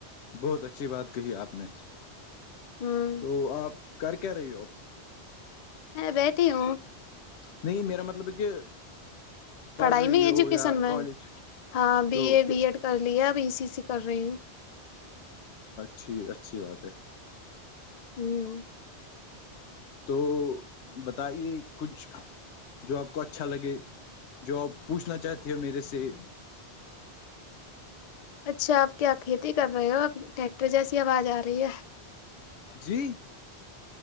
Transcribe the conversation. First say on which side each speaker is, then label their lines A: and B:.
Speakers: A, on the left; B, on the left.
A: بہت اچھی بات کہی آپ نے
B: ہوں
A: تو آپ کر کیا رہی ہو
B: میں بتی ہوں
A: نہیں میرا مطلب کہ پڑھ
B: پڑھائی
A: رہی
B: میں ایجوکیشن
A: ہو یا
B: میں
A: کالج
B: ہاں بی
A: تو
B: اے بی ایڈ کر ل اب ای سی سی کر رہی ہوں
A: ٹھیک اچھی بات ہے
B: ہوں
A: تو بتائیے کچھ جو آپ کو اچھا لگے جو آپ پوچھنا چاہتے ہو میرے سے
B: اچھا آپ کیا کھیتی کر رہے ہو اب ٹریکٹر جیسی آواز آ رہی ہے
A: جی